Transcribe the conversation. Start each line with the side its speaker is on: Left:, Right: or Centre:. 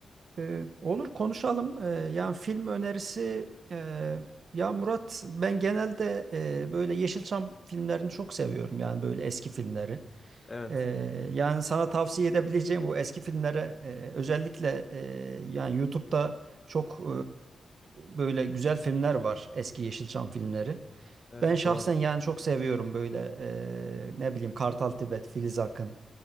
Right: Ee, olur konuşalım. Ee, yani film önerisi, e, ya Murat ben genelde e, böyle Yeşilçam filmlerini çok seviyorum. Yani böyle eski filmleri.
Left: Evet.
Right: Ee, yani sana tavsiye edebileceğim bu eski filmlere e, özellikle e, yani YouTube'da çok e, böyle güzel filmler var. Eski Yeşilçam filmleri.
Left: Evet
Right: Ben şahsen
Left: doğru.
Right: yani çok seviyorum böyle e, ne bileyim Kartal Tibet, Filiz Akın.